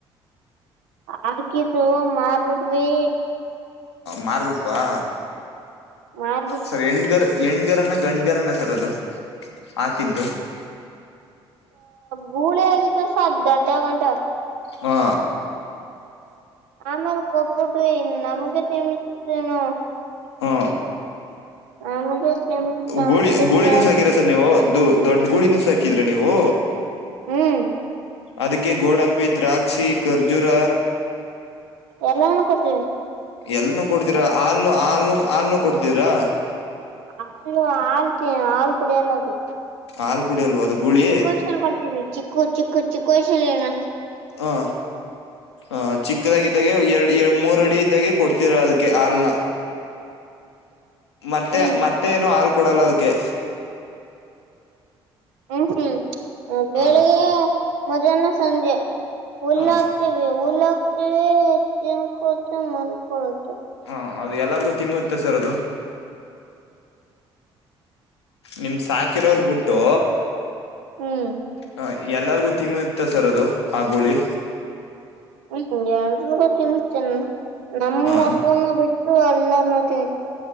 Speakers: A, on the right; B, on the left.
A: ಆಾಕತ್ತುು ಮಾರ್ಬಿಟ್ವಿ
B: ಮಾರ್ಬಿಟ್ವಾ
A: ಮಾರ್ಬಿಟ್ಟ
B: ಸರ್ ಹೆಣ್ಗರ್ ಹೆಣ್ಗರನ್ನ ಗಂಡುಗರನ ಸರ್ ಅದು ಹಾಕಿದ್ದು
A: ಗುಳ ಆಗ ತ ಸಾ ದಡ ಟೆ
B: ಹಾ
A: ಆಮೇಲೆ ಕೊಪ್ಪಟ್ಟ ನಮ್ಗೆಮತಿ ತನು
B: ಹಾ
A: ನಮ್ಗೆ ತಿಮಿತ
B: ಗೋಳಿ
A: ಅದಕ್ಕ
B: ಗೋಳಿನ ಸಾಕಿರ ನೀವು ದೊಡ್ಡ ಗುಳಿನ ಸಾಕಿದ್ರಿ ನೀವು
A: ಹ್ಮ್
B: ಅದಕ್ಕೆ ಗೋಡಂಬಿ ದ್ರಾಕ್ಷಿ ಖರ್ಜೂರ
A: ಎಲ್ಲ ನ ಕೊಡ್ತೀವಿ
B: ಎಲ್ಲನೂ ಕೊಡ್ತೀರಾ ಹಲ್ನು ಹಾಲ್ನು ಹಾಲ್ನು ಕೊಡ್ತಿದರಾ
A: ಹಾಲು ಹಾಳ್ ಹಾಲ್ ಕುಡಿಯಲ್ಲ ಅದು
B: ಹಾಲ್ ಕುಡಿ ಅಲ್ವ ಅದು ಗುಳಿ
A: ಚಿಕ್ಕೋಸಲ್ ಕೊಡ್ತಿದವಿ ಚಿಕ್ಕು ಚಿಕ್ಕು ಚಿಕ್ಕ ವಸಲ್ಏನ
B: ಹ ಆಹ ಚಿಕ್ಕದಾಗಿದ್ದಾಗ ಎರಡು ಎ ಮೂರ ಅಡಿ ಇದ್ದಾಗೆ ಕೊಡ್ತೀರ ಅದಕ್ಕೆ ಹಲ್ನ್ನ ಮತ್ತೆ
A: ಹ್ಮ್
B: ಮತ್ತೆ ಏನು ಹಾಲ್ ಕೊಡಲ್ಲ ಅದಕ್ಕೆ
A: ಹ್ಮ್ ಹ್ಮ್ ಬೆಳಗೆ
B: ಹ
A: ಮಧ್ಯಾಹ್ನ ಸಂಜೆ ಹುಲ್ಲಾಕ್ತಿವಿ
B: ಹ
A: ಹುಲ್ಲಾಕ್ತಿವಿ ಹೆಚ್ಚನ್ ಕೊಡ್ತ ಮಲ್ ಕೊಡತ
B: ಹಾ ಅದು ಎಲ್ಲರಿಗು ತಿಮ್ಮ ಇತ್ತೆ ಸರ್ ಅದು ನಿಮ ಸಾಕಿರೋರ್ ಬಿುಟ್ಟು
A: ಹ್ಮ್
B: ಹ ಎಲ್ಲಾರ್ಗು ತಿಮಿ ಇತ್ತ ಸರ್ ಅದು ಆ ಗುಳಿ
A: ಹ್ಮ್ ಎಲ್ರಿಗೂ ತಿನ್ತನ್ ನಮ್ಮ
B: ಹ
A: ಅಪ್ಪನು ಬಿಟ್ಟು ಎಲ್ಲರನುೂ ತಿನ್